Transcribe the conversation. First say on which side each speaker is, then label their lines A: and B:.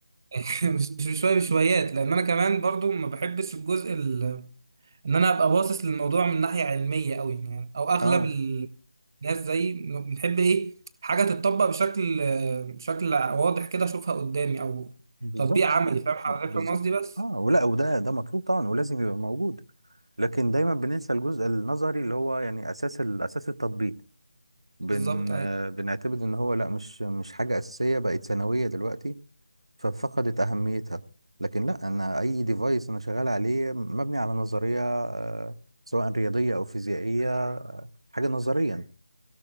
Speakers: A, on the right; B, on the right.
A: <laughs> مش مش شويه بشويات لان انا كمان برضو ما بحبش الجزء ان انا ابقى باصص للموضوع من ناحيه علميه قوي يعني او اغلب
B: اه
A: ال- الناس زي بنحب ايه حاجه تتطبق بشكل بشكل واضح كده اشوفها قدامي او
B: بالظبط
A: تطبيق عملي فاهم حضرتك
B: بالظبط
A: فاهم قصدي بس
B: اه ولا وده ده مطلوب طبعا ولازم يبقى موجود لكن دايما بننسى الجزء النظري اللي هو يعني اساس ال- اساس التطبيق بن
A: بالظبط ايوه
B: آه، بنعتبر ان هو لا مش مش حاجه اساسيه بقت ثانويه دلوقتي ففقدت أهميتها لكن لا أنا أي ديفايس أنا شغال عليه مبني على نظرية آه، سواء رياضية أو فيزيائية آه، حاجة نظريا